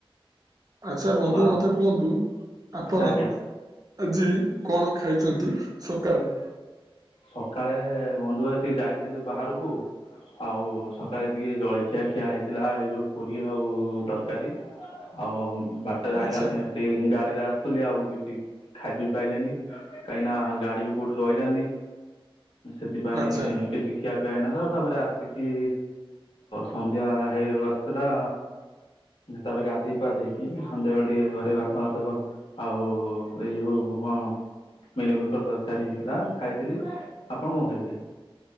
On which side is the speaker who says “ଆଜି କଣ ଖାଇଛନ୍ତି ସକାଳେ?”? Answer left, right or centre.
Right